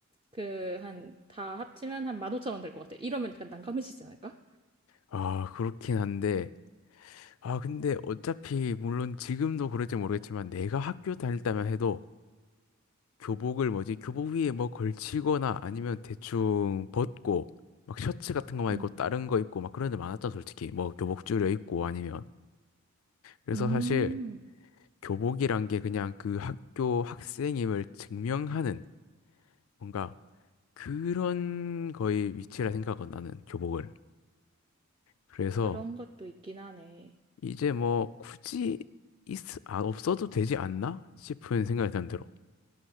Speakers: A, on the right; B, on the left.
A: 그, 한, 다 합치면 한 15,000원 될 것 같아. 이러면 약간 난감해지지 않을까?
B: 아, 그렇긴 한데. 아, 근데 어차피 물론 지금도 그럴지 모르겠지만 내가 학교 다닐 때만 해도 교복을 뭐지? 교복 위에 뭐 걸치거나 아니면 대충 벗고 막 셔츠 같은 거만
A: 음.
B: 입고 다른 거 입고 막 그런 데 많았잖아, 솔직히. 뭐 교복 줄여 입고 아니면. 그래서
A: 음.
B: 사실 교복이란 게 그냥 그 학교 학생임을 증명하는 뭔가 그런 거의 위치라 생각은 나는 교복을. 그래서
A: 그런 것도 있긴 하네.
B: 이제 뭐 굳이 있, 아, 없어도 되지 않나 싶은 생각이 드는 들어.